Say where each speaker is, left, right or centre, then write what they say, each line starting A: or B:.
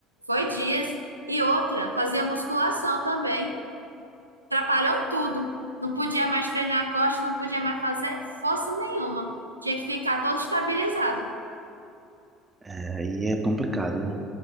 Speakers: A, on the right (about 90°); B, on the right (about 20°).
A: Foi dias. E outra, fazia musculação também. Atrapalhou tudo. Não podia mais treinar a costa, não podia mais fazer força nenhuma. Tinha que ficar todo estabilizado.
B: é, Aí é complicado, viu?